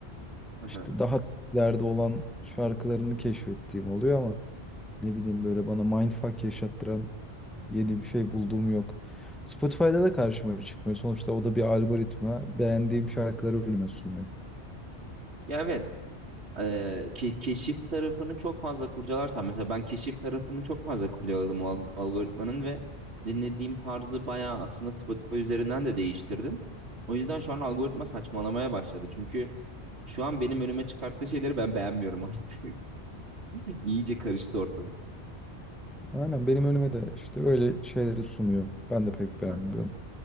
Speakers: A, on the right; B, in the centre.
A: <laughs>
B: İşte
A: Aha.
B: daha ileride olan şarkılarını keşfettiğim oluyor ama ne bileyim böyle bana mindfuck yaşattıran yeni bir şey bulduğum yok. Spotify'da da karşıma çıkmıyor. Sonuçta o da bir algoritma. Beğendiğim şarkıları önüme sunuyor.
A: Ya evet. eee, ke- keşif tarafını çok fazla kurcalarsam mesela ben keşif tarafını çok fazla kurcaladım o alg- algoritmanın ve dinlediğim tarzı bayağı aslında Spotify üzerinden de değiştirdim. O yüzden şu an algoritma saçmalamaya başladı. Çünkü Şu an benim önüme çıkarttığı şeyleri ben beğenmiyorum artık. <laughs> İyice karıştı ortalık.
B: Aynen benim önüme de işte öyle şeyleri sunuyor. Ben de pek beğenmiyorum.
A: Evet.